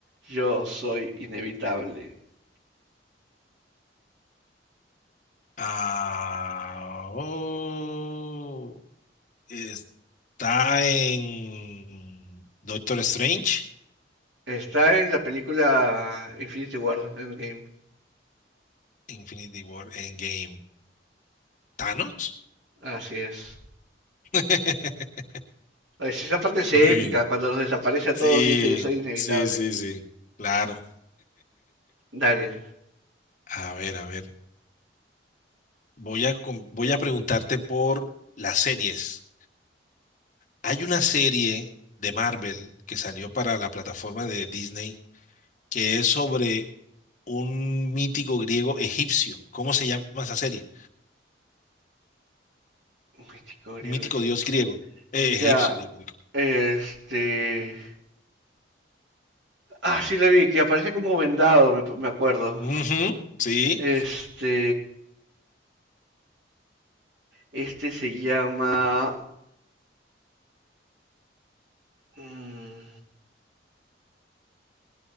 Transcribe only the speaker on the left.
Ah, oh, está en Doctor Strange,
Infinity War, Endgame. ¿Thanos?
<laughs>
Muy
bien.
Sí,
sí, sí, sí. Claro.
A ver, a ver. Voy a, com- voy a preguntarte por las series. Hay una serie de Marvel que salió para la plataforma de Disney que es sobre un mítico griego egipcio. ¿Cómo se llama esa serie?
mítico
dios griego, eh,
egipcio, digo, digo.
Ujú, sí,